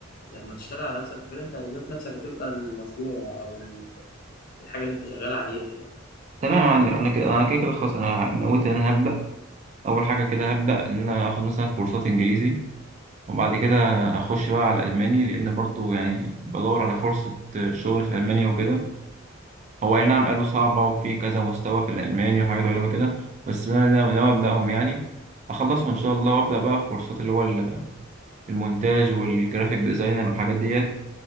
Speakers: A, on the left; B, on the right.
A: لما تشتغل على نفسك كده أنت ذات نفسك هتبقى المشروع أو ال- الحاجة اللي أنت شغال عليها يعني
B: تمام يا معلم انا كده انا كده كده خلاص انا نويت ان انا هبدا اول حاجه كده هبدا ان انا اخد مثلا كورسات انجليزي وبعد كده اخش بقى على الالماني لان برضو يعني بدور على فرصه شغل في المانيا وكده هو أي نعم قالوا صعبة وفي كذا مستوى في الألماني وحاجات غريبة كده بس أنا ناوي ناوي أبدأهم يعني أخلصهم إن شاء الله وأبدأ بقى في كورسات اللي هو ال- المونتاج والجرافيك ديزاينر والحاجات ديت